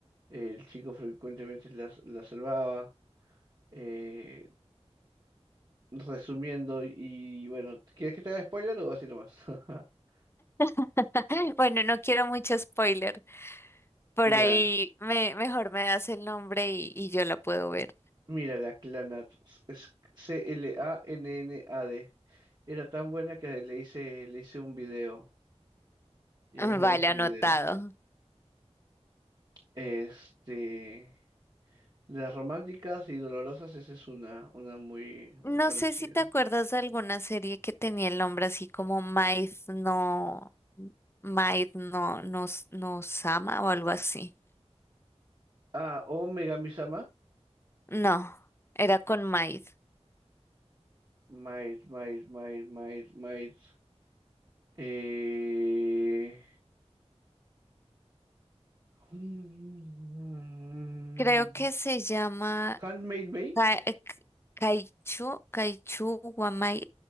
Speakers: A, on the right (about 40°); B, on the left (about 20°).
A: el chico frecuentemente la, la salvaba. Eh, resumiendo, y bueno, ¿quieres que te haga spoiler o así nomás? <laughs>
B: <laughs> Bueno, no quiero mucho spoiler. Por
A: Ya,
B: ahí me, mejor me das el nombre y, y yo la puedo ver.
A: mira la Clanat, es C-L-A-N-N-A-D. Era tan buena que le hice, le hice un video. Yo
B: Vale,
A: mismo le hice
B: anotado.
A: un video. Este, de las románticas y dolorosas, esa es una, una muy,
B: No
A: muy conocida.
B: sé si te acuerdas de alguna serie que tenía el nombre así como Maid no, Maid no, no, no Sama o algo así.
A: Ah, o Megami-sama.
B: No, era con Maid.
A: Might, might, might, might, might. Eh... mm,
B: Creo que se llama
A: Handmade Bay.
B: Ka- eh, Kaichu, Kaichu wa Maid